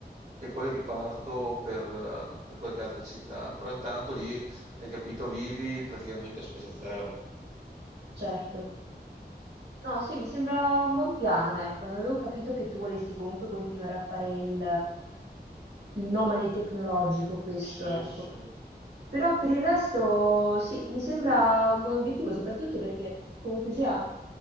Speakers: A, on the right (about 40°); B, on the right (about 75°).
A: e poi riparto per, eh, per qualche altra città. Però intanto lì, hai capito, vivi praticamente a spesa zero.
B: certo. No, sì, mi sembra un buon piano, ecco, non avevo capito che tu volessi comunque continuare a fare il, il nomade tecnologico, questo,
A: Sì,
B: ecco.
A: sì.
B: Però per il resto sì, mi sembra un buon obiettivo, soprattutto perché comunque sia,